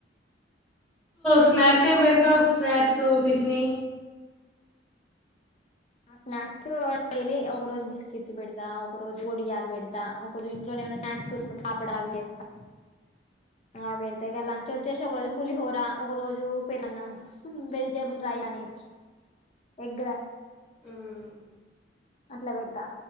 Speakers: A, in the centre; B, on the left.
A: స్నాక్స్ ఏం పెడతావు స్నాక్స్ టిఫిని
B: స్నాక్స్ డైలీ ఒక రోజు బిస్కెట్స్ పెడతా ఒక రోజు ఒడియాలు పెడతా ఒక రోజు ఇంట్లోనే ఉన్న ఏమైన స్నాక్స్ అప్పడాలు అవి చేస్తా ఆ వేడితేగ
A: హుహు.
B: లంచచ్చేసి ఒకరోజు పులిహోరా ఒకరోజు పెరుగన్నం వెజిటేబుల్స్ రైస్ అని ఎగ్
A: హ్మ్.
B: అట్లా పెడతా